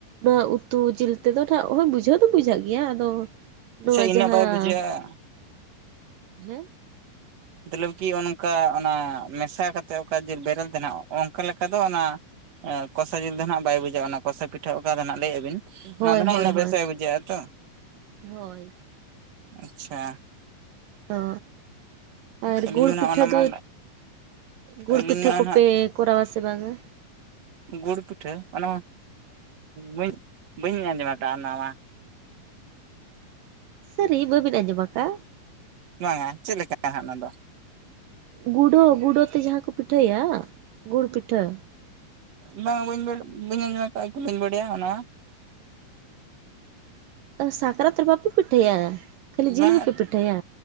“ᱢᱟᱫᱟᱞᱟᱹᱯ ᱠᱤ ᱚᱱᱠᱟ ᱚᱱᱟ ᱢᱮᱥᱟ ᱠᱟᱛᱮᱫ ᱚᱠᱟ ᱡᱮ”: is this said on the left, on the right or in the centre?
Right